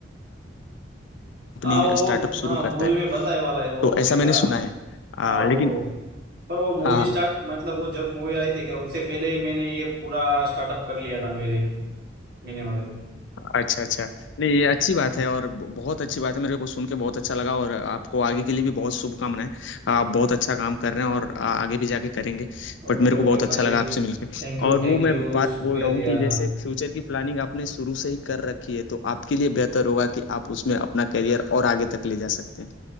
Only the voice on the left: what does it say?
कंपनी
स्टार्टअप
शुरू
करता है
तो ऐसा
मैंने सुना है अ,
लेकिन
हाँ हाँ।
अच्छा अच्छा नहीं ये अच्छी बात है और ब- बहुत अच्छी बात है मेरे को सुन के बहुत अच्छा लगा और आपको आगे के लिए भी बहुत शुभकामनाएं आप बहुत अच्छा काम कर रहे हैं और आ- आगे भी जाके करेंगे
बट मेरे को
बहुत अच्छा
लगा आपसे मिलकर
और
वो मैं
बात
बोल रहा हूँ
कि जैसे
फ्यूचर की प्लानिंग आपने शुरू से ही कर रखी है तो आपके लिए बेहतर होगा कि आप उसमें अपना करियर और आगे तक ले जा सकते हैं